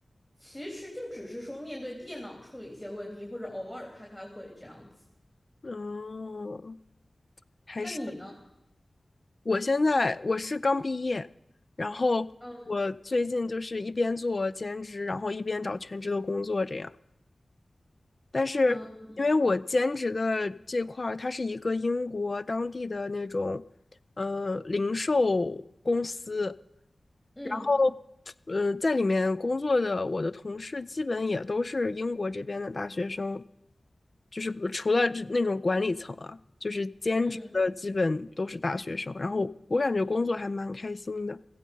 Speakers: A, in the centre; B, on the left (about 40°).
A: 其实就只是说面对电脑处理一些问题，或者偶尔开开会这样子。
B: 嗯哦，还是
A: 那你呢？
B: 我现在我是刚毕业，然后我最近就是一边做兼职，
A: 嗯
B: 然后一边找全职的工作这样。但是因为我兼职的这块儿，
A: 嗯
B: 它是一个英国当地的那种，呃，零售公司，
A: 嗯
B: 然后，呃，在里面工作的我的同事基本也都是英国这边的大学生，就是除了这那种管理层啊，就是兼职的基本都是大学生，
A: 嗯。
B: 然后我感觉工作还蛮开心的。